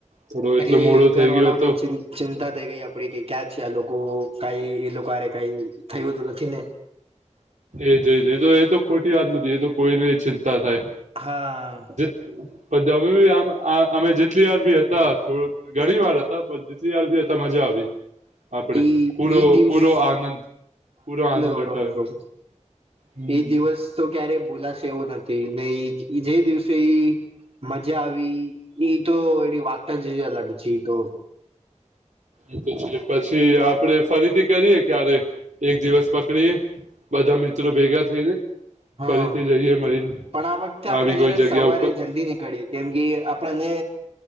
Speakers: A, on the right; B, on the right.
A: થોડો એટલો
B: એટલે
A: મોડો થઈ
B: ઘર
A: ગયો
B: વાળાઓને
A: હતો
B: ચિંતા ચિંતા થઈ ગઈ આપડી કે ક્યાં છે આ લોકો કઈ એ લોકોરે કઈ થયું તો નથી ને?
A: એ જ જ તો એ તો ખોટી વાત નથી એ તો કોઈને ચિંતા થાય
B: હા
A: પછ અમે બી આ અમે જેટલી વાર બી હતા થોડ ઘણી વાર હતા પણ જેટલી વાર બી હતા મજા આવી. આપડે
B: ઈ
A: પૂરો
B: ઈ દિવસ
A: પૂરો આનંદ પૂરો આનંદ
B: વાળો
A: ઉઠાવ્યો.
B: હતો
A: હમ
B: એ દિવસ તો ક્યારેય ભૂલાશે એવું નથી ને ઈ જે દિવસે ઈ મજા આવી. ઈ તો એની વાત જે અલગ છે ઈ તો
A: <unintelligible> પછી આપડે ફરીથી કરીએ ક્યારે એક દિવસ પકડીએ. બધા મિત્રો ભેગા થઈને.
B: હા
A: ફરીથી જઈએ મરીન
B: પણ આ વખતે આપડે
A: આવી કોઈ
B: જયારે
A: જગ્યા
B: સવારે
A: ઉપર
B: જલ્દી નીકળી. કેમ કે આપણને